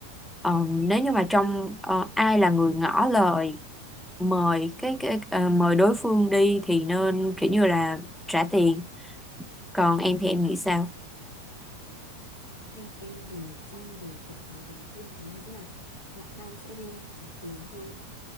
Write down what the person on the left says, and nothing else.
Theo em thì trong buổi hẹn hò đầu tiên thì em nghĩ là bạn nam sẽ nên trả tiền hơn.